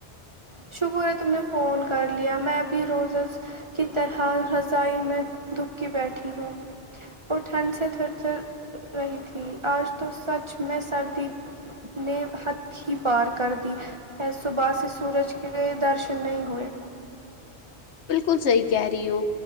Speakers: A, on the right (about 30°); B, on the left (about 75°).
A: شکر ہے تم نے فون کر لیا میں بھی روزز کی طرح رضائی میں دبکی بیٹھی ہوں وہ ٹھنڈ سے تھھر تھر رہی تھی آج تو سچ میں سردی نے حد ہی پار کر دی میں صبح سے سورج کہئی درشن نہیں ہوئے
B: بالکل صحی کہہ رہی ہو